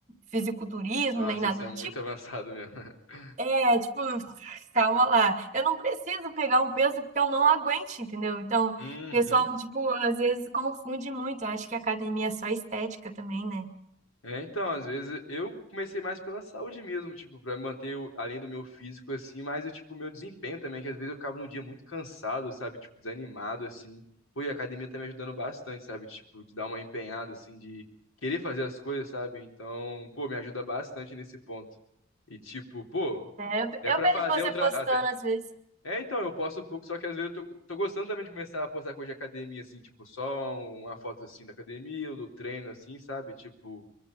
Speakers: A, on the right; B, on the left.
A: fisiculturismo,
B: Nossa,
A: nem nada
B: isso é
A: do
B: muito
A: tipo.
B: avançado mesmo. <laughs>
A: É, tipo, <laughs> calma lá. Eu não preciso pegar um peso que eu não aguente, entendeu? Então, o
B: Uhum.
A: pessoal, tipo, às vezes confunde muito. Eu acho que academia é só estética também, né?
B: É, então, às vezes eu comecei mais pela saúde mesmo, tipo, pra manter o- além do meu físico assim, mas eu, tipo, meu desempenho também, que às vezes eu ficava no dia muito cansado, sabe, tipo, desanimado assim. Pô, e a academia tá me ajudando bastante, sabe, tipo, de dar uma empenhada assim, de querer fazer as coisas, sabe? Então, pô, me ajuda bastante nesse ponto. E tipo, pô,
A: É, eu
B: até
A: eu
B: pra
A: vejo
B: fazer
A: você
B: outra
A: postando
B: até
A: às vezes.
B: É, então, eu posto pouco, só que às vezes eu tô, tô gostando também de começar a postar coisa de academia, assim, tipo, só uma foto, assim, da academia, ou do treino, assim, sabe? Tipo,